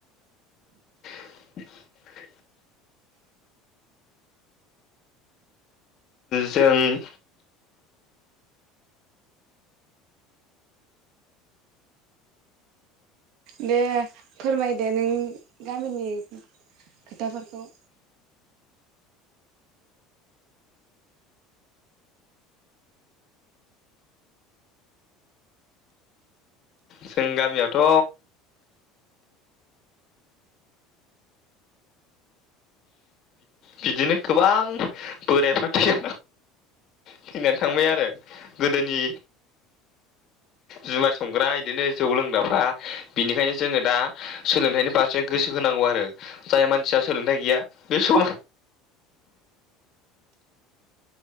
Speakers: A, on the left; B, on the right.
A: <inaudible> जों
B: दे फोरमायदे नों गामिनि खोथाफोरखौ
A: जों गामियावथ' बिदिनो गोबां बोरायफ्रा थै थैनानै थांबाय आरो गोदोनि जुमाय संग्रा इदिनो जौ लोंग्राफ्रा बिनिखायनो जोङो दा सोलोंथाइनि फारसे गोसो होनांगौ आरो जाय मानसिया सोलोंथाइ गैया बे सम